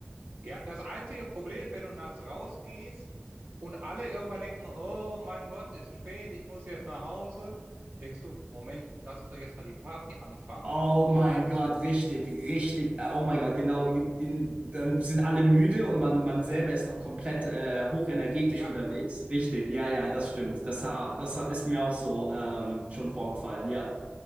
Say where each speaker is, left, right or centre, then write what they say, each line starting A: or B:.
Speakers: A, on the right (about 55°); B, on the right (about 35°).
A: Ja, das einzige Problem ist, wenn du nachts rausgehst und alle irgendwann denken, oh mein Gott, ist spät, ich muss jetzt nach Hause, denkst du, Moment, lass uns doch jetzt mal die Party anfangen.
B: Oh mein Gott, richtig, richtig. äh, Oh mein Gott, genau. Den- Dann sind alle müde und man, man selber ist noch komplett äh, hochenergetisch
A: Ja,
B: unterwegs. Richtig, ja, ja, das stimmt. Das, ha- das ha- ist mir auch so ähm, schon vorgefallen. Ja,